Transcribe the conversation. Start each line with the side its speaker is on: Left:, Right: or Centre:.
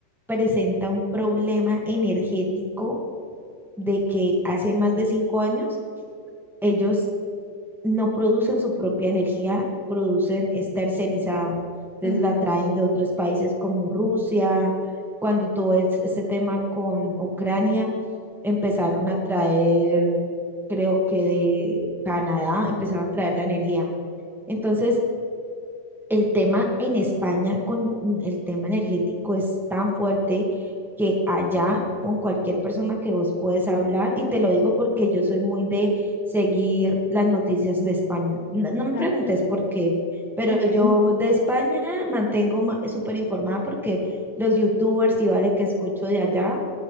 Centre: presenta un problema energético de que hace más de cinco años ellos no producen su propia energía, producen, es tercerizada. Entonces
Left: Ajá,
Centre: la traen de otros países como Rusia. Cuando todo es- este tema con Ucrania, empezaron a traer, creo que de Canadá, empezaron a traer la energía. Entonces, el tema en España con mm, el tema energético es tan fuerte que allá con cualquier persona que vos puedes hablar, y te lo digo porque yo soy muy de seguir las noticias de España. No, no
Left: ajá,
Centre: me preguntes por qué, pero
Left: ok.
Centre: yo de España mantengo ma- súper informada porque los youtubers y vale que escucho de allá,